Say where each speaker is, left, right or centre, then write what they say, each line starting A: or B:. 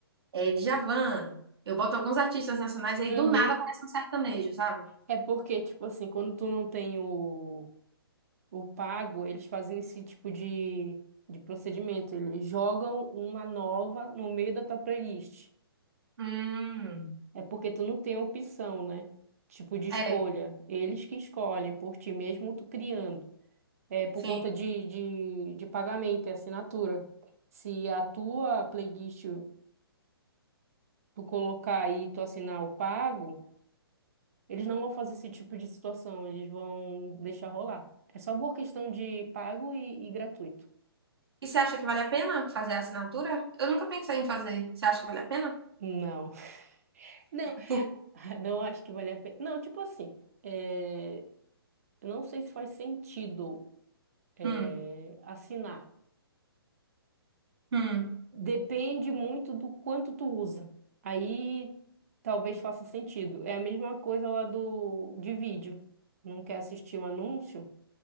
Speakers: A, on the right (about 75°); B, on the right (about 35°).
A: é, Djavan. Eu boto alguns artistas nacionais e aí
B: Uhum.
A: do nada aparece um sertanejo, sabe?
B: É porque, tipo assim, quando tu não tem o, o pago, eles fazem esse tipo de, de procedimento. Eles jogam uma nova no meio da tua playlist.
A: Hum,
B: É porque tu não tem opção, né? Tipo de escolha.
A: É,
B: Eles que escolhem por ti mesmo, tu criando. É por
A: sim.
B: conta de, de, de pagamento e assinatura. Se a tua playlist tu colocar aí e tu assinar o pago, eles não vão fazer esse tipo de situação, eles vão deixar rolar. É só por questão de pago e, e gratuito.
A: E você acha que vale a pena fazer a assinatura? Eu nunca pensei em fazer. Você acha que vale a pena?
B: Não, <laughs> não,
A: Por-
B: não acho que vale a pena. Não, tipo assim, é, eu não sei se faz sentido é,
A: Hum,
B: assinar.
A: hum,
B: Depende muito do quanto tu usa. Aí talvez faça sentido. É a mesma coisa lá do de vídeo. Não quer assistir um anúncio?